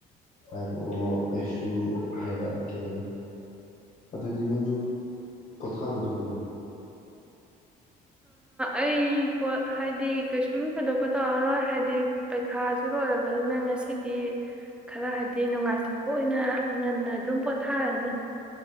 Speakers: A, on the left; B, in the centre.
A: ꯍꯥꯏꯔꯛꯑꯣ ꯑꯩꯁꯨꯁꯨ ꯍꯥꯏꯔꯛꯑꯒꯦ ꯑꯗꯨꯗꯤ ꯅꯪꯁꯨ ꯄꯣꯊꯥꯔꯗꯣꯏꯔꯣ
B: ꯑꯩ ꯄꯣꯠ ꯍꯥꯏꯗꯤ ꯀꯩꯁꯨꯝ ꯊꯣꯏꯗꯣꯛꯄ ꯇꯧꯔꯔꯣꯏ ꯍꯥꯏꯕꯗꯤ ꯄꯩꯈꯥꯁꯨ ꯂꯣꯏꯔꯕꯅꯤꯅ ꯉꯁꯤꯗꯤ ꯈꯔ ꯍꯥꯏꯗꯤ ꯅꯨꯡꯉꯥꯏꯊꯣꯛ ꯄꯣꯏ ꯑꯣꯏꯅ ꯉꯟꯅ ꯑꯗꯨꯝ ꯄꯣꯊꯥꯔꯅꯤ